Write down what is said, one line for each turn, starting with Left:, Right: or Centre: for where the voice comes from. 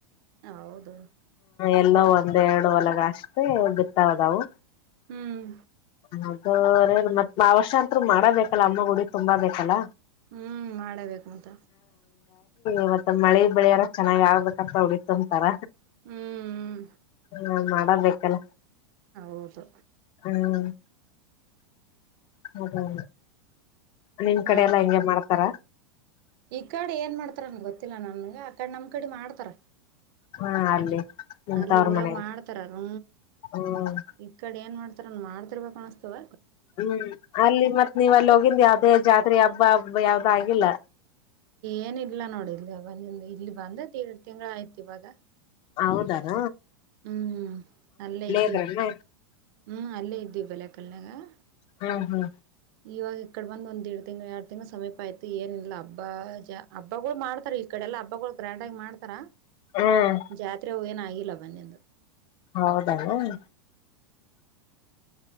Right: ಹ ಹೌದು
Left: ಎಲ್ಲೋ ಒಂದ್ ಎರಡು ಹೊಲದಾಗ ಅಷ್ಟೇ ಭಿತವು ಆದವು
Right: ಹ್ಮ್
Left: ಅದೂ <unintelligible> ಮತ್ ವರ್ಷ್ ಅಂತ್ರು ಮಾಡಬೇಕಲ್ಲ ಅಮ್ಮ ಉಡಿ ತುಂಬು ಬೇಕಲ್ಲ
Right: ಹ್ಮ್ ಮಾಡಬೇಕ್ ಮತ್ತ
Left: ಇವತ್ತು ಮಳೆ ಬೆಳೆಯಾರ ಚೆನ್ನಾಗ್ ಆಗ್ಬೇಕಂತ ಉಡಿ ತುಂಬ್ತಾರ
Right: ಹ್ಮ್
Left: ಹ ಮಾಡ್ ಬೇಕಲ್ಲ.
Right: ಹೌದು.
Left: ಹ್ಮ್ ಹ. ನಿಮ್
Right: ಹಾ
Left: ಕಡೆ ಎಲ್ಲಾ ಹಂಗೆ ಮಾಡ್ತಾರ.
Right: ಈ ಕಡೆ ಏನ್ ಮಾಡ್ತಾರನ್ ಗೊತ್ತಿಲ್ಲಾ ನನ್ಗೆ ಆ ಕಡೆ ನಮ್ ಕಡೆ ಮಾಡ್ತಾರ.
Left: ಹಾ ಅಲ್ಲಿ ನಿಂತವ್ರ
Right: ಅಲ್ಲಿ ಊರಾಗ
Left: ಮನೇಲಿ
Right: ಮಾಡ್ತಾರ ಹ
Left: ಹ್ಮ್
Right: ಈ ಕಡೆ ಏನ್ ಮಾಡ್ತ.. ಮಾಡ್ತಿರ್ಬೇಕು ಅನಿಸ್ತದ...
Left: ಹ್ಮ್ ಅಲ್ಲಿ ಮತ್ತ್ ನೀವ್ ಅಲ್ಲಿ ಹೋಗಿಂದ ಯಾವ್ದೇ ಜಾತಿ ಸ್ತ್ರೀ ಹಬ್ಬ ಹಬ್ಬ ಯಾವ್ದು ಆಗಿಲ್ಲ
Right: ಏನೀಲ್ಲಾ ನೋಡಿ ಇಲ್ ಬಂದ ಇಲ್ಲಿ ಬಂದ ದಿಡ್ದ್ ತಿಂಗಳ ಆಯ್ತು ಇವಾಗ
Left: ಹೌದು ಏನು
Right: ಹ್ಮ್ ಅಲ್ಲೇ ಇದ್ದು
Left: ಇದ್ರನ
Right: ಹ್ಮ್ ಅಲ್ಲೇ ಇದು ಬೆಲೆಕಲಿನ್ಯಾಗ್
Left: ಹ್ಮ್ ಹ್ಮ್
Right: ಇವಾಗ ಈ ಕಡೆ ಬಂದ ಡಿದ ತಿಂಗಳು ಎರಡು ತಿಂಗಳು ಸಮೀಪ ಆಯ್ತು ಏನಿಲ್ಲ ಹಬ್ಬ ಹಬ್ಬಗಳು ಮಾಡ್ತಾರ ಈ ಕಡೆ ಎಲ್ಲಾ ಹಬ್ಬಗಳು ಗ್ರ್ಯಾಂಡ್ ಆಗಿ ಮಾಡ್ತಾರ
Left: ಹ್ಮ್
Right: ಜಾತ್ರೆ ಅವು ಏನಾಗಿಲ್ಲ ಮೊನ್ನೆದ್
Left: ಹೌದ ಏನೂ.